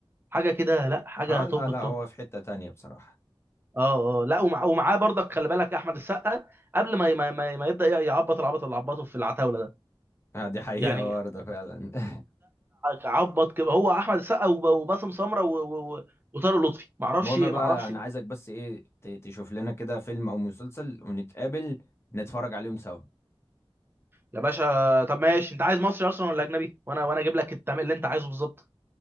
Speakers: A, on the right; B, on the left.
A: حاجه كده لا حاجه
B: اه لا
A: توب
B: لا
A: التوب
B: هو في حته تانية بصراحه
A: اه اه لا ومع ومعاه برضك خلي بالك احمد السقا قبل ما ما, ما ما يبدا يعبط العبط اللي عبطه في العتاوله ده
B: آه دي حقيقه
A: يعني
B: برضه فعلا <laughs>
A: عبط كده هو احمد السقا وب- وباسم سمره و- و- و- وطارق لطفي معرفش
B: المهم
A: معرفش
B: بقى انا عايزك بس ايه ت- تشوف لنا كده فيلم او مسلسل ونتقابل نتفرج عليهم سوا
A: يا باشا طب ماشي انت عايز مصري اصلا ولا اجنبي وانا وانا اجيب لك التم... اللي انت عايزه بالظبط